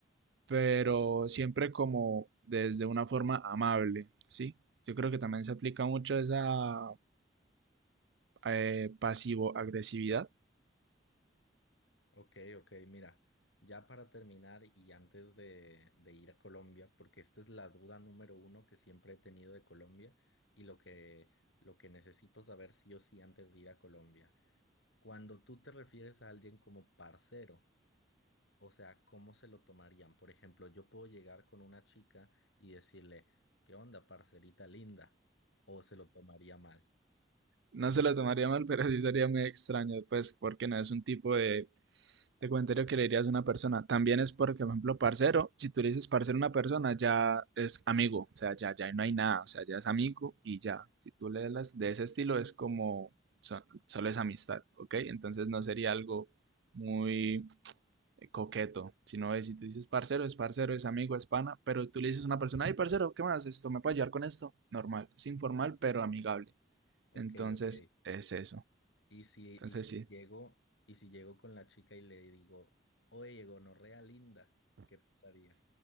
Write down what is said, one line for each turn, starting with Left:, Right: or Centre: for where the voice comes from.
Right: pero siempre como desde una forma amable, ¿sí? Yo creo que también se aplica mucho esa eh, pasivo-agresividad
Left: Ok, ok, mira, ya para terminar y antes de, de ir a Colombia, porque esta es la duda número uno que siempre he tenido de Colombia y lo que, lo que necesito saber sí o sí antes de ir a Colombia. Cuando tú te refieres a alguien como parcero, o sea, ¿cómo se lo tomarían? Por ejemplo, yo puedo llegar con una chica y decirle, ¿qué onda, parcerita linda? ¿O se lo tomaría mal?
Right: No se lo tomaría mal, pero sí sería muy extraño, pues, porque no es un tipo de, de comentario que le dirías a una persona. También es porque, por ejemplo, parcero, si tú le dices parcero a una persona, ya es amigo, o sea, ya, ya no hay nada, o sea, ya es amigo y ya. Si tú le das de ese estilo, es como, so- solo es amistad, ¿ok? Entonces no sería algo muy eh, coqueto, sino si tú dices parcero, es parcero, es amigo, es pana, pero tú le dices a una persona, ay, parcero, ¿qué más? Esto me puede ayudar con esto. Normal, es informal, pero amigable.
Left: Ok,
Right: Entonces,
Left: ok.
Right: es eso.
Left: Y si,
Right: Entonces,
Left: y si
Right: sí.
Left: llego, y si llego con la chica y le digo, oye, gonorrea linda, ¿qué pasaría?